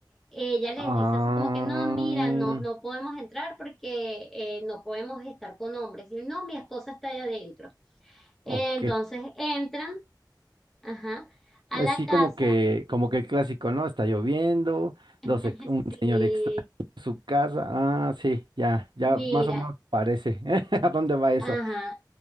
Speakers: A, in the centre; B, on the right (about 75°).
A: ella les
B: Ah,
A: dice así como que no, mira, no, no podemos entrar porque eh, no podemos estar con hombres. Y no, mi esposa está allá adentro. Entonces
B: ok.
A: entran, ajá, a
B: Así
A: la casa.
B: como que, como que el clásico, ¿no? Está lloviendo,
A: <laughs>
B: dos, ex- un
A: Sí,
B: señor extraño en su casa. Ah, sí, ya, ya
A: mira,
B: más o menos parece. <laughs> ¿A dónde va eso?
A: Ajá,